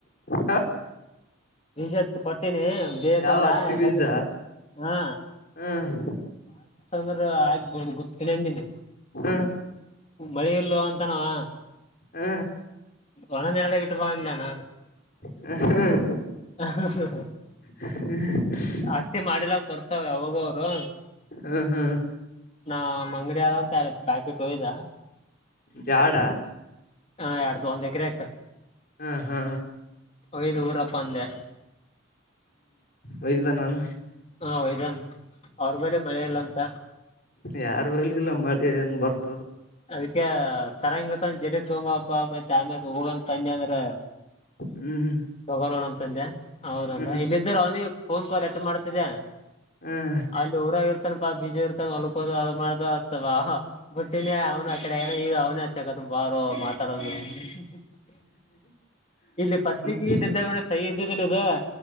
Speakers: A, on the left (about 45°); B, on the left (about 30°).
A: ಹಾ
B: ವಿಜತ್ ಕೊಟ್ಟಿನಿ ಬೇಕಂದ
A: ಯಾವ ಹತ್ತಿ
B: ಎಲ್ಲ
A: ಬೀಜ
B: ಬಗ್ಿದ್ದ ಹಾ
A: ಹ್ಮ್
B: ಂದ್ರ ಆಗ್ಬೋಡ್ ಗೊತ್ತಳಂದನಿ
A: ಹ್ಮ
B: ಮಳೆಯಲ್ಲವಾ ಅಂತನವಾ
A: ಹ್ಮ
B: ಒಳ ನೆಲಗಟ್ಟ ಬಂದಾನ
A: ಹ ಹ
B: ಹ ಹ
A: ಹ್ಮ್
B: ಹತ್ತತಿ ಮಾಡಿಲ್ಲ ತೋರ್ತವ ಅವಾಗವರು
A: ಹ್ಮ್ ಹ್ಮ್
B: ನ ಅಂಗಡಿ ಆದಂತರ ಪ್ಯಾಕೆಟ್ ಹಯ್ದಾ
A: ಜಾಡ
B: ಹಾ ಎಡ್ತು ಒಂದ್ ಎಕರೆಕ
A: ಹಾ ಹಾ
B: ವಾಯಿ ಊರಪ್ಪ ಅಂದೆ
A: ವದನಾನ
B: ಹಾ ಇದನ್ ಅವ್ರ ಮೇಲೆ ಮಳೆೆಯಲ್ಲಂತ
A: ಯಾರ ಬಲ್ಲಿ ಇಲ್ಲ ಮಳೆ ಏನ್ ಬರ್ತ
B: ಅದಕ್ಕೆ ತರಂಗ ಮ ಜರಿ ತೋಮಪ್ಪ ಮತ್ತೆ ಆಮೇ ಹೋಗಂದ ತಂದಿ ಅಂದ್ರೆ
A: ಹ್ಮ್
B: ತಗೋಂತ ತಂದೆ ಹೌದಂತ
A: ಹ್ಮ್
B: ಇಲ್ಲ ಇದಿದ್ದರು ಅವನಿಗೆ ಫೋನ್ ಕಾಲ್ ಎಟ್ ಮಾಡ್ತಿದ್ದೆ
A: ಹ್ಮ್
B: ಅಲ್ಲಿ ಊರಾಗಿರ್ ತನಪಾ ಬಿಜಿ ಇರ್ತಾನ ಹೊಲ್ಕೋದು ಮಾಡ್ದ ಆಗ್ತವ ಬ ಅವನ ಆ ಕಡೆ ಏನ ಈಗ ಅವ್ನ ಅಚ್ಚಕತ್ ಬಾರ ಮಾತಾಡವನ <inaudible> ಇಲ್ಲಿ ಪಸ್ಿಗೆ
A: ಹ್ಮ್
B: ಇಲ್ಲ ಇದ್ದೊಂಡೆ ಸಹ ಇದು